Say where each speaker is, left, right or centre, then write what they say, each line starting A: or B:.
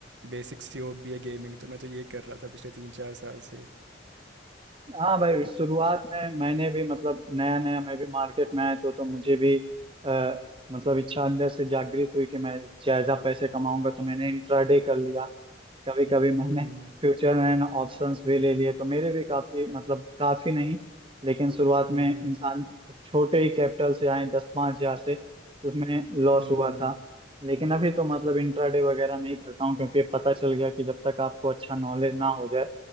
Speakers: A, on the right; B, on the right.
A: बेसिक सी हॉबी है गेमिंग तो मैं तो ये कर रहा था पिछले तीन चार साल से
B: हाँ भाई शुरुआत में मैंने भी मतलब नया नया मैं भी मार्केट में आया तो तो मुझे भी आ, मतलब इच्छा अंदर से जागृत हुई कि मैं ज्यादा पैसे कमाऊंगा तो मैंने इंट्राडे कर लिया कभी कभी मैंने
A: हम्म
B: फ्यूचर एंड ऑप्शंस भी ले लिए तो मेरे भी काफी मतलब काफी नहीं लेकिन शुरुआत
A: हम्म
B: में
A: हम्म
B: इंसान छोटे ही कैपिटल से आए दस पाँच हजार से तो उसमें लॉस
A: हम्म
B: हुआ
A: हम्म,
B: था लेकिन अभी तो मतलब इंट्राडे वगैरह नहीं करता हूँ क्योंकि पता चल गया कि जब तक आपको अच्छा नॉलेज ना हो जाए